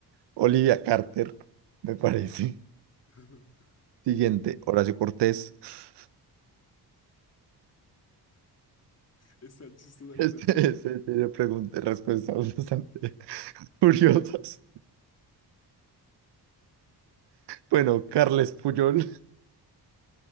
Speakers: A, on the right (about 85°); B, on the left (about 40°).
A: Olivia Carter, me parece.
B: <laughs>
A: Siguiente, Horacio Cortés. <laughs>
B: Están chistosas las
A: Este,
B: opciones.
A: este tiene preguntas y respuestas bastante <laughs> curiosas. Bueno, Carles Puyol